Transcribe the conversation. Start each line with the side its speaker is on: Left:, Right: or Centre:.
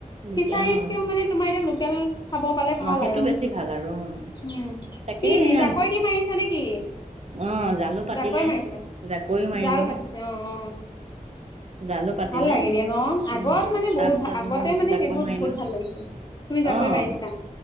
Right: লোকে
Left: ফিচাৰীতকেও
Right: অ'।
Left: মানে তোমাৰ এতিয়া লোকেল খাব পালে
Right: অ'
Left: ভাল
Right: সেইটো
Left: আৰু
Right: বেছি ভাল আৰু অ'
Left: উ
Right: তাকে
Left: কি নিজাকৈ
Right: এয়া
Left: দি মাৰিছা নেকি
Right: অ' জালো পাতিলে
Left: জাকৈ মাৰিছা
Right: জাকৈও মাৰিলোঁ
Left: জাল পাতিছো অ অ
Right: জালো পাতিলে
Left: ভাল লাগে দিয়া ন আগত
Right: অ'
Left: মানে
Right: তাৰপিছত
Left: বহুত আগতে
Right: মই
Left: মানে
Right: জাকৈ
Left: সেইবোৰ
Right: মাৰিলোঁ
Left: বহুত ভাল লাগিছে তুমি জাকৈ
Right: অ'
Left: মাৰিছা